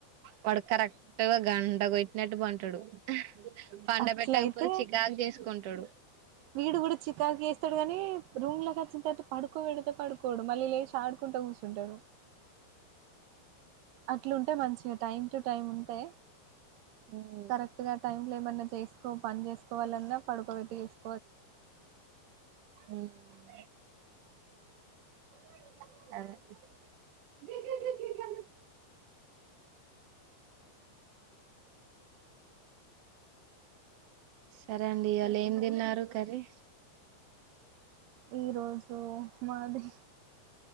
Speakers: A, on the right; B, on the right.
A: వాడు కరెక్ట్గా గంట గోట్టినట్టు పంటాడు పండ
B: అట్లయితే
A: పెట్టకపోతే చికాకు చేసుకుంటాడు
B: వీడు కూడా చికాకే స్తాడు గాని రూమ్ లో వచ్చిన తరువాత పడుకోబెడితే పడుకోడు మళ్ళీ లేచి ఆడుకుంటూ కూర్చుంటాడు అట్లుంటే మంచిగా టైం టు టైం ఉంటే
A: ఉమ్
B: కరెక్ట్ గా టైం లేమన్నా చేసుకో పని చేసుకోవాలన్నా పడుకోబెట్టి చేసు
A: ఉమ్ అదే సరే అండి ఇయలా ఏం తిన్నారు కర్రీ
B: ఈ రోజు మాది